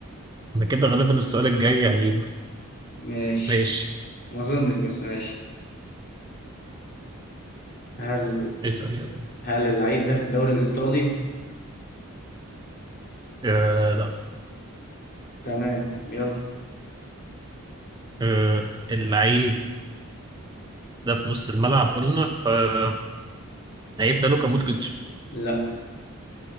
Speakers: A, on the right; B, on the left.
A: انا كده غالبا السؤال الجاي هجيبه
B: ماشي
A: ماشي
B: ما اظنش بس ماشي هل
A: اسأل يلا
B: هل اللعيب ده في الدوري الايطالي
A: آه لا
B: تمام يلا
A: آه اللعيب ده في نص الملعب قلنا فاللعيب ده لوكا مودريتش
B: لا